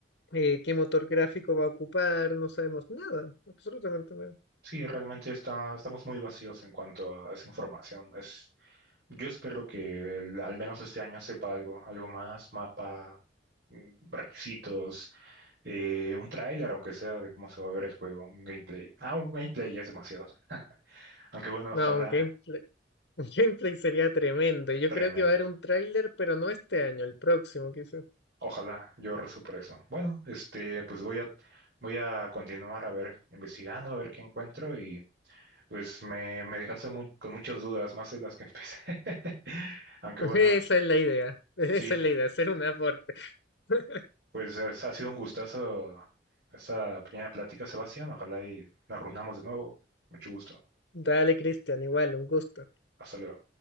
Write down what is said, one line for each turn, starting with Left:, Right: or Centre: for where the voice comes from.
Left: eh, qué motor gráfico va a ocupar, no sabemos nada, absolutamente nada.
Right: Sí, realmente está, estamos muy vacíos en cuanto a esa información. Es, yo espero que el- al menos este año sepa algo, algo más, mapa, mm, requisitos, eh, un tráiler, aunque sea de cómo se va a ver el juego, un gameplay. Ah, un gameplay ya es demasiado. Aunque bueno, ojalá
Left: No, un gameplay, <laughs> un gameplay sería tremendo. Yo
Right: Tremenda.
Left: creo que va a haber un tráiler, pero no este año, el próximo quizás.
Right: Ojalá yo rezo por eso. Bueno, este, pues voy a, voy a continuar a ver, investigando, a ver qué encuentro y pues me, me dejaste mu- con muchas dudas, más de las que empecé. <laughs> Aunque
Left: <laughs>
Right: bueno,
Left: Esa es la idea, <laughs> esa
Right: sí,
Left: es la idea, hacer un aporte. <laughs>
Right: pues es- ha sido un gustazo esta pequeña plática, Sebastián. Ojalá y nos reunamos de nuevo. Mucho gusto.
Left: Dale, Cristian, igual, un gusto.
Right: Hasta luego.